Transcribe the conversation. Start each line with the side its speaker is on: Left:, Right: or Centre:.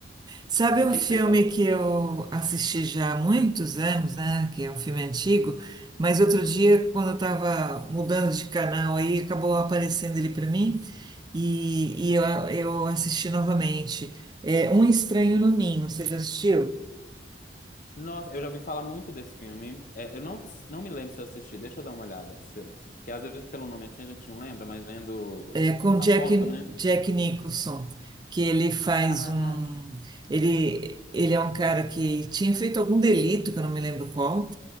Right: Sabe
Left: É o
Right: um
Left: que
Right: filme
Left: que você ia falar?
Right: que eu assisti já há muitos anos, né? Que é um filme antigo, mas outro dia, quando eu estava mudando de canal aí, acabou aparecendo ele para mim e, e eu, eu assisti novamente. É Um Estranho no Ninho, você já assistiu?
Left: Nossa, eu já ouvi falar muito desse filme. É, eu não, não me lembro se eu assisti, deixa eu dar uma olhada. Se eu- se- porque às vezes pelo nome assim a gente não lembra, mas vendo
Right: É com
Left: a
Right: Jack,
Left: foto, né?
Right: Jack Nicholson, que ele faz
Left: Ah,
Right: um. Ele, ele é um cara que tinha feito algum delito, que eu não me lembro qual,